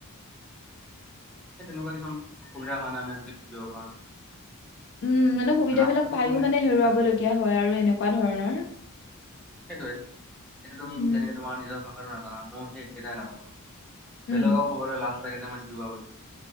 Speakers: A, in the centre; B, on the left.
A: সেই তেনেকুৱা কিছুমান অসুবিধা কাৰণে আমি <unintelligible>
B: উম মানে সুবিধাাবিলাক
A: নামটো
B: পায়ো
A: কি হয়
B: মানে হেৰুৱাবলগীয়া
A: মই নাজানো।
B: হয় আৰু এনেকুৱা ধৰণৰ
A: সেইটোৱে সেইটো তুমি
B: উম
A: যেনেকে তোমাৰ নিজৰ কাম আৰু নাযানা মোৰ হে একেতাই নাযানো বাট
B: উম
A: বেলেগক ক'বলে লাষ্ট <unintelligible> যোৱা বুলি